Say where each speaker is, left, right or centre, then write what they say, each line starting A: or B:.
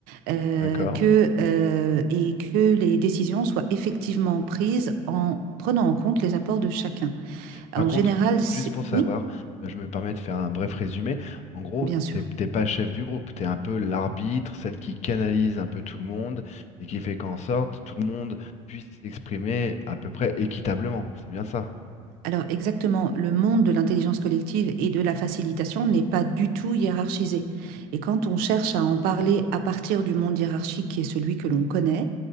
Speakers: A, on the right (about 70°); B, on the left (about 45°).
A: euh,
B: D'accord.
A: que, euh, et que les décisions soient effectivement prises en prenant en compte les apports de chacun.
B: Par
A: En
B: contre,
A: général, c'est...
B: juste pour savoir,
A: Oui,
B: euh, je me permets de faire un bref résumé. En gros,
A: bien sûr.
B: t'es t'es pas chef du groupe, tu es un peu l'arbitre, celle qui canalise un peu tout le monde et qui fait qu'en sorte tout le monde puisse s'exprimer à peu près équitablement. C'est bien ça.
A: Alors exactement, le monde de l'intelligence collective et de la facilitation n'est pas du tout hiérarchisé. Et quand on cherche à en parler à partir du monde hiérarchique qui est celui que l'on connaît,